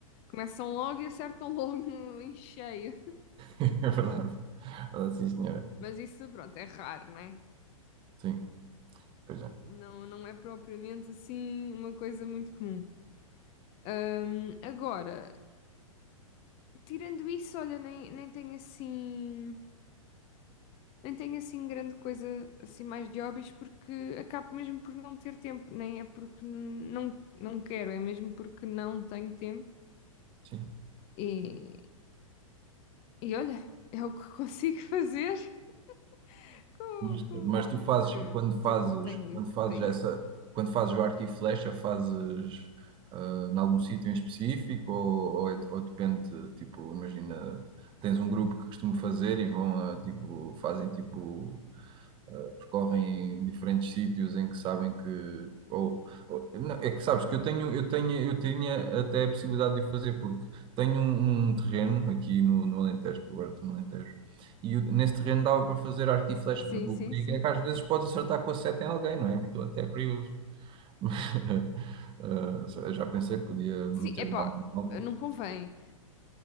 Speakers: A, on the left (about 35°); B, on the right (about 30°).
A: Começam logo e acertam <laughs> logo no- em cheio.
B: <laughs> É verdade. Ah, sim, senhora.
A: Mas isso, pronto, é raro, né?
B: Sim, pois é.
A: Não, não é propriamente assim uma coisa muito comum. Ahm, agora, tirando isso, olha, nem, nem tenho assim, nem tenho assim grande coisa assim mais de hobbies porque acabo mesmo por não ter tempo, nem é porque não, não quero, é mesmo porque não tenho tempo.
B: Sim.
A: E, E olha, é o que consigo fazer <laughs> com,
B: Mas,
A: com,
B: mas
A: com,
B: tu fazes,
A: que-
B: quando
A: com o tempo
B: fazes,
A: que tenho
B: quando
A: livre
B: fazes
A: para isso.
B: essa, quando fazes o arco e flecha, fazes ah, em algum sítio em específico ou, ou, é- ou depende, tipo, imagina, tens um grupo que costuma fazer e vão a, tipo, fazem tipo Uh, percorrem diferentes sítios em que sabem que ou, ou- não, é que sabes que eu tenho eu tenho eu tinha até a possibilidade de o fazer porque tenho um, um terreno aqui no, no Alentejo, que agora estou no Alentejo. E o- nesse terreno dava para fazer arco e flecha,
A: Sim,
B: porque o
A: sim,
B: perigo
A: sim.
B: é que às vezes podes acertar com a seta em alguém, não é? Aquilo até é perigoso. <laughs> Ah, eu já pensei que podia meter
A: Sim, epá,
B: lá um alvo.
A: não convém.